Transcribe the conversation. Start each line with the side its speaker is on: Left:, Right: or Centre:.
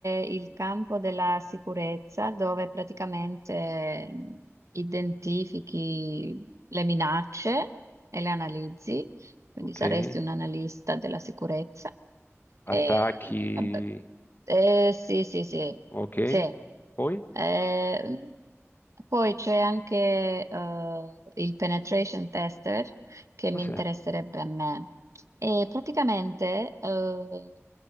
Right: il campo della sicurezza dove praticamente mh, identifichi le minacce e le analizzi, quindi
Left: ok,
Right: saresti un analista della sicurezza. Eh,
Left: attacchi,
Right: vabbè. Eh, sì, sì, sì,
Left: ok.
Right: sì.
Left: Poi?
Right: Eh, poi c'è anche eh, il penetration tester che
Left: Cos'è?
Right: mi interesserebbe a me. E praticamente eh,